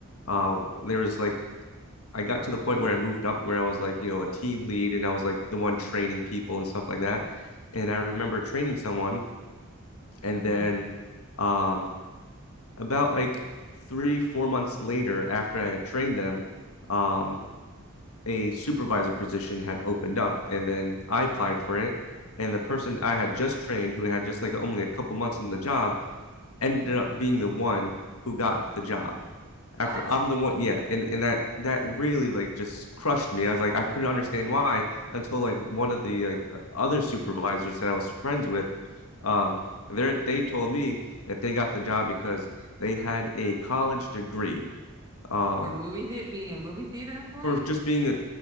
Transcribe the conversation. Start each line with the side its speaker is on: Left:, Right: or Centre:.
Left: uh, there was like I got to the point where I moved up where I was like, you know, a team lead and I was like the one training people and stuff like that. And I remember training someone and then
Right: hmm
Left: um about like three, four months later after I had trained them, um, a supervisor position had opened up and then I applied for it. And the person I had just trained who had just like only a couple months in the job ended up being the one who got the job
Right: What?
Left: after I'm the one, yeah, and and that that really like just crushed me. I was like, I couldn't understand why until like one of the like uh, other supervisors that I was friends with, um, they they told me that they got the job because they had a college degree, um,
Right: For movie theater being a movie theater employee?
Left: for just being a,